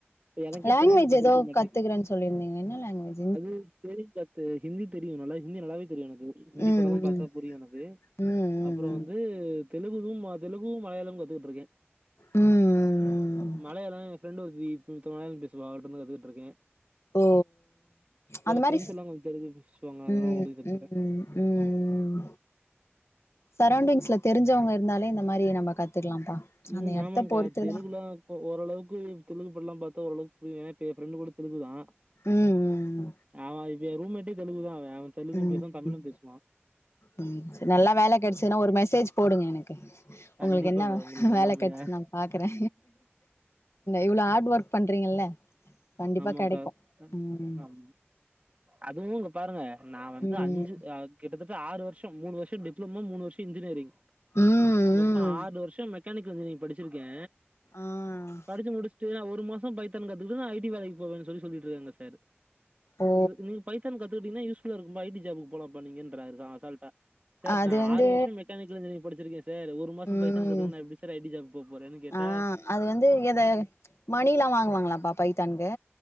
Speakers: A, on the right; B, on the left.
A: எனக்கே
B: லேங்வேஜ்
A: சென்னைல இருக்க
B: எதோ
A: புடிக்க மாட்டேங்குது
B: கத்துக்கறன் சொல்லியிருந்தீங்க என்ன லேங்குவேஜ்
A: அது தெரிய கத்து ஹிந்தி தெரியு நல்லா ஹிந்தி நல்லாவே தெரியு எனக்கு ஹிந்தி
B: ம்
A: படல்லா பாத்தா
B: ம்
A: புரியு எனக்கு
B: ம் ம்
A: அப்புறோ
B: ம்
A: வந்து தெலுங்குதும் அ தெலுங்ககும் மலையாளம் கத்துக்கிட்ருக்கே
B: ம் ம் ம்
A: மழைய எ ஃப்ரெண்ட் ஒருத்தி மழைய பேசுவா அவள்ட்டு ருந்து கத்துக்கிட் இருக்கே
B: ஓ அந்த மாதிரி
A: ஃப்ரெண்ட்ஸ் எல்லாம் கொஞ்சம் தெலுங்கு பேசுவாங்க. அதனால
B: ம்
A: அவங்கள்ட்டயும் கத்துக்கிறேன்.
B: ம் ம் சரோண்டிங்ஸ்ல தெரிஞ்சவங்க இருந்தாலே இந்த மாரி நம்ம கத்துக்கலாம்ப்பா
A: ம்
B: அந்த எடத்த
A: ஆமாக்கா
B: பொறுத்துதா
A: தெலுங்குல்லா ஓ ஓரளவுக்கு தெலு பல்லா பாத்தா ஓரளவுக்குரிய ஏ இப்ப எனக்கு ஃப்ரெண்டு கூட தெலுங்கு தா
B: ம் ம்
A: அவ எ ரூமேட்டே தெலுகுதாங்க அவ தெலுகு
B: ம்
A: பேசுவா தமிழு
B: ம்
A: பேசுவா
B: ம் சரி நல்லா வேல கெடச்சுதுன்னா ஒரு மெசேஜ் போடுங்க எனக்கு உங்களுக்கு
A: கண்டிப்பாக்கா
B: என்ன
A: உங்களுக்கு சொல்லாமயா?
B: வேல கட்ச்சுனா பாக்கறே இவ்லோ ஹார்ட் ஒர்க் பண்றீங்கல்ல கண்டிப்பா
A: ஆமாங்கா
B: கெடைக்கு ம்
A: அம் அதுவு இங்க பாருங்க நா வந்து
B: ம்
A: அஞ்சு அ கிட்டத்தட்ட ஆறு வர்ஷம் மூனு வர்ஷம் டிப்ளமோ மூனு வர்ஷம் இன்ஜினியரிங்
B: ம்
A: மொத்த
B: ம்
A: ஆறு வர்ஷம் கணக்கு நீ படிச்சிருக்கே
B: ஆ
A: படிச்சு முடிஸ்ட்டு ஒரு மாசம் பைத்தான் கத்துக்கணு ஐ டி வேலைக்கு போவேன் சொல்லி சொல்லிட்ருக்காங்க சார்
B: ஓ
A: இந்த நீ பைத்தான் கத்துக்கிட்டீங்கா யூஸ்ஃபுல்லா இருக்கும் ஐ டி ஜாப்க்கு போலாம்ப்பா நீங்கன்றாரு ச அசால்டா சார்
B: அது
A: நா
B: வந்து
A: ஆறு வருஷம் மெக்கனிக்கல் இன்ஜினரிங் படிச்சிருக்கே சார் ஒரு மாசம்
B: ம்
A: பைத்தான் கத்துக்கணுன்னா நா எப்டி சார் ஐ டி ஜாப் போபோறேன்னு கேட்
B: ஆ
A: டா
B: அது வந்து எத மணில்லா வாங்குவாங்களாப்பா பைத்தான்கு